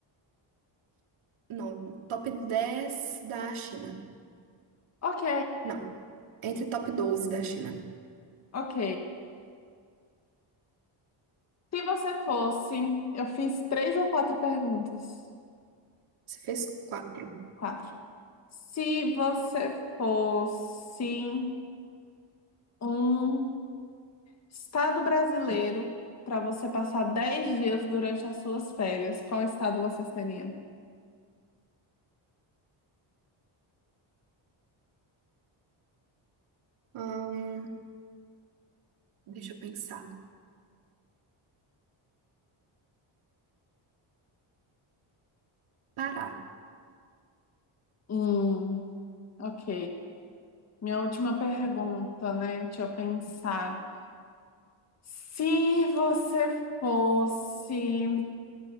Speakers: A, on the right; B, on the left.
A: não, top 10 da China.
B: ok,
A: Não. Entre top 12 da China.
B: ok. Se você fosse, eu fiz três ou quatro perguntas.
A: Você fez quatro.
B: Quatro. Se você fosse um estado brasileiro para você passar dez dias durante as suas férias, qual estado você seria?
A: Ahn, deixa eu pensar. Pará.
B: Hum, ok. Minha última pergunta, né? Deixa eu pensar. Se você fosse